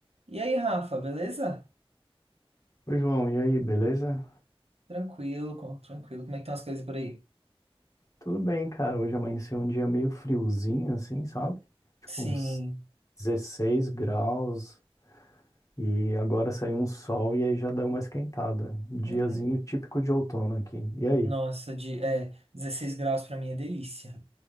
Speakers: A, on the right (about 85°); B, on the left (about 30°).
A: E aí, Rafa, beleza?
B: Oi, João, e aí, beleza?
A: Tranquilo, com- tranquilo. Como é que estão as coisas por aí?
B: Tudo bem, cara. Hoje amanheceu um dia meio friozinho, assim, sabe? Tipo
A: Sim.
B: uns 16 graus e agora saiu um sol e aí já deu uma esquentada. Diazinho
A: hum,
B: típico de outono aqui. E aí?
A: Nossa, de, é, 16 graus pra mim é delícia.